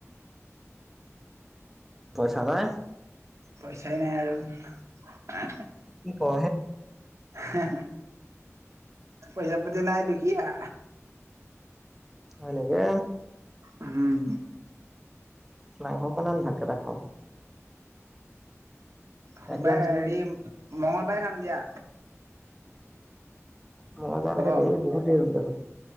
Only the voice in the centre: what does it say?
পইচা নাই?
কি ক হে
হয় নেকি?
মাংস অকণ আন ভাত কেইটা খাওঁ
একজাম চেকজাম
মংগলবাৰ
লৈকে দেৰি বহুত দেৰি হ'ব দেখোন